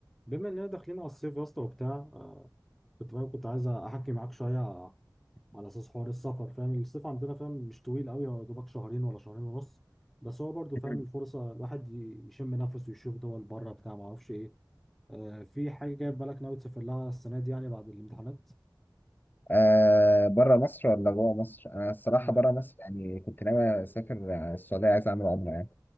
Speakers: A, in the centre; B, on the left.
A: بما اننا داخلين على الصيف يا اسطى وبتاع آه كنت فاهم كنت عايز احكي معاك شويه على اساس حوار السفر فاهم الصيف عندنا فاهم مش طويل قوي هو يا دوبك شهرين ولا شهرين ونص بس هو برضو فاهم
B: مم.
A: الفرصه الواحد ي- يشم نفسه ويشوف دول بره بتاع ما اعرفش ايه آه في حاجه جايه في بالك ناوي تسافر لها السنه دي يعني بعد الامتحانات
B: آه بره مصر ولا جوه مصر؟ أنا الصراحة
A: آه،
B: بره مصر يعني كنت ناوي أسافر آه، السعودية عايز أعمل عمرة يعني